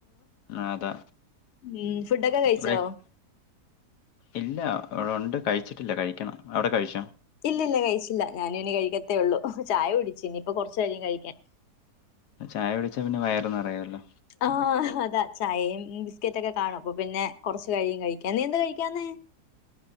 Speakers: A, on the left; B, on the left.
A: ആ അതാ
B: ഉം ഫുഡൊക്കെ കഴിച്ചോ?
A: ബ്രേക്ക് ഇല്ല ഇവിടെ ഉണ്ട് കഴിച്ചിട്ടില്ല കഴിക്കണം അവിടെ കഴിച്ചോ?
B: ഇല്ലല്ല കഴിച്ചില്ല ഞാന് ഇനി കഴിക്കത്തേള്ളൂ ചായ കുടിച്ചു ഇനിയിപ്പൊ കൊറച് കയും കഴിക്കാൻ
A: ചായ കുടിച്ച പിന്നെ വയറ് നിറയല്ലോ
B: ആഹ് അതാ ചായയും ബിസ്ക്കറ്റ് ഒക്കെ കാണും അപ്പൊ പിന്നെ കൊറച്ച് കഴിയും കഴിക്കാൻ നീ എന്ത കഴിക്കാഞ്ഞേ